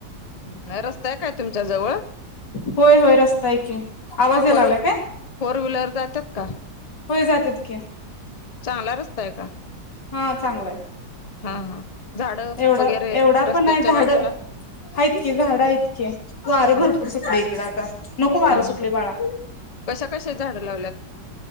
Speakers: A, on the left (about 35°); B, on the left (about 65°).
A: नाय रस्ताय काय तुमच्या जवळ.
B: होय होय रस्ता हे की. आवाज यायला
A: फोर,
B: लागलाय काय
A: फोर, व्हीलर जात्यात का?
B: होय जात्यातत की.
A: चांगला रस्ताय क?
B: हा चांगलाय.
A: हा हा झाड
B: एवढा
A: वगैरे
B: एवढा
A: रस्त्याच्या
B: पण नाही झाड
A: बाजूला.
B: आहेत, की झाडं आहेत की, वारं
A: हा
B: भरपूर
A: हा
B: सुटल इकडे आता नको वारं
A: हा
B: सुटल
A: हा.
B: बाळा.
A: कशा कशा झाडं लावल्यात